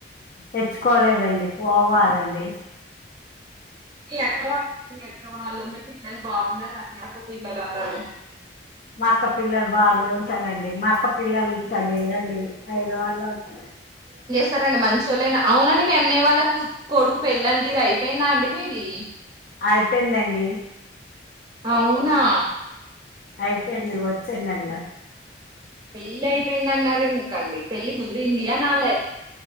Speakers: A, on the left (about 45°); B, on the right (about 20°).
A: తెచ్చుకోలేదండి పోవాలండి
B: ఎక్క వాళ్ ఎక్క వాళ్ళు మీ పిల్లలు బాగున్నారు ఎక్క పిల్లదు అందరూ
A: మా అక్క పిల్లలు బాగా ఉంటారంండి మా అక్క పిల్ల మీ ఇక్క లేరండి ఐదవారులో ఉంటంది
B: సరండి మంచళ్లేనా అవునండి మీ అన్నయ వాళ్ళకు కొడుకు పెళ్ళంట అయిపోయిందా అండి మీది
A: అయిపోయిందండి
B: అవునా
A: అయితేలి వచ్చనల్
B: పెళ్లి అయిపోయింది అన్నారు ఎందుకండి పెళ్లిి కుదిరిందియా నాల